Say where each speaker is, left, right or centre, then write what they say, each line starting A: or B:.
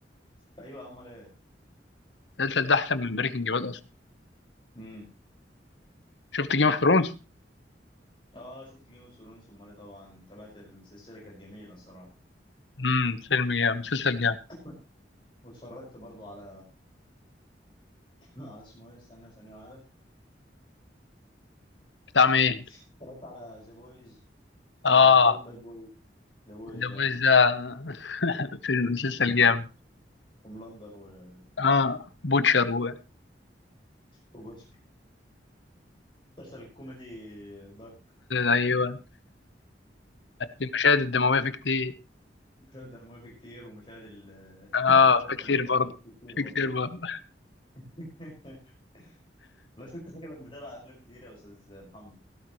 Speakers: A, on the left; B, on the left.
A: ايوه امال ايه
B: المسلسل ده احسن من بريكنج باد اصلا
A: امم
B: شفت جيم اوف ثرونز
A: اه شفت جيم اوف ثرونز امال ايه طبعا تابعت السلسله كانت جميله الصراحه
B: امم فيلم جامد مسلسل جامد
A: <laughs> واتفرجت برضو على <laughs> على اسمه ايه استنى ثانيه واحده
B: بتاع مين
A: اتفرجت على ذا بويز اسمه
B: اه
A: باد بويز ذا بويز
B: ذا
A: اه
B: ويز ده <laughs> فيلم مسلسل جامد
A: هوملاندر و-
B: اه بوتشر و...
A: وبوتشر مسلسل الكوميدي دارك
B: ايوه المشاهد الدمويه في كتير
A: مشاهد دموية فيه كتير ومشاهد ال
B: اه
A: <laughs> زائد
B: في
A: 18
B: كتير برضه
A: فيه كتير
B: في كتير
A: برضه
B: برضه
A: <laughs> بس انت شكلك متابع افلام كتير يا استاذ محمد